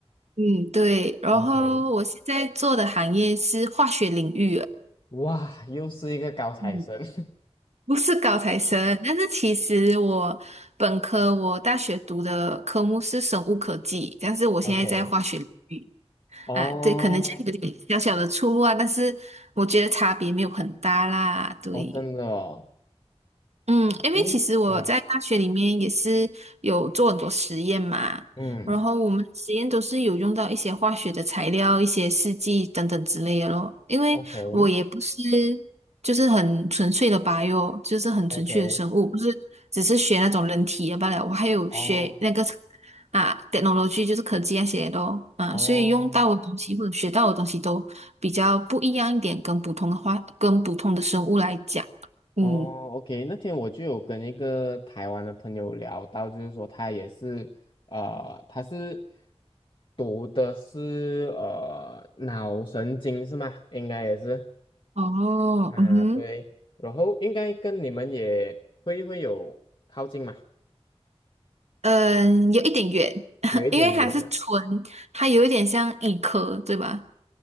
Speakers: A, on the right; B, on the left.
A: 嗯，对，然后我现在做的行业是化学领域了
B: ？OK，哇，又是一个高材生。
A: 嗯。
B: <laughs>
A: 不是高材生，但是其实我本科我大学读的科目是生物科技，但是我现在在化学领域
B: OK，哦
A: 啊，对，可能就有点小小的出入啊，但是我觉得差别没有很大啦，对。
B: 哦，真的哦，
A: 嗯，因为其实我在大学里面也是有做很多实验嘛，
B: 因为嗯，嗯
A: 然后我们实验都是有用到一些化学的材料、一些试剂等等之类的咯。因为我也不是就是很纯粹的
B: ，OK
A: bio，就是很纯粹的生物，
B: OK，
A: 不是只是学那种人体的罢了，我还有学那个
B: 哦
A: 啊 technology，就是科技那些的咯啊，
B: 哦。
A: 所以用到的东西或者学到的东西都比较不一样一点，跟普通的话，跟普通的生物来讲，嗯。
B: 哦，OK，那天我就有跟一个台湾的朋友聊到，就是说他也是，呃，他是读的是呃脑神经是吗？应该也是，
A: 哦，
B: 啊，
A: 嗯哼，
B: 对，然后应该跟你们也会会有靠近嘛，
A: 嗯，有一点远，<laughs>
B: 有一点远了。
A: 因为还是纯，它有一点像医科，对吧？